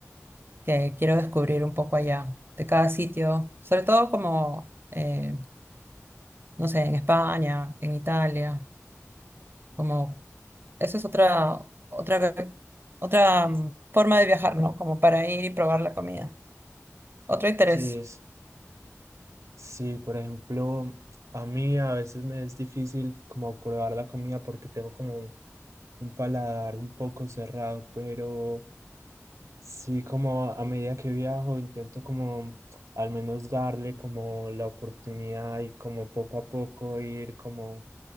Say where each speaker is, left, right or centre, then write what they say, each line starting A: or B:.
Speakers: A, on the right; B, on the right.
A: que quiero descubrir un poco allá, de cada sitio, sobre todo como, eh, no sé, en España, en Italia, como, eso es otra, otra, otra mm, forma de viajar, ¿no? Como para ir y probar la comida. Otro interés.
B: Sí, es, sí, por ejemplo, a mí a veces me es difícil como probar la comida porque tengo como un un paladar un poco cerrado, pero... Sí, como a medida que viajo, intento como al menos darle como la oportunidad y como poco a poco ir como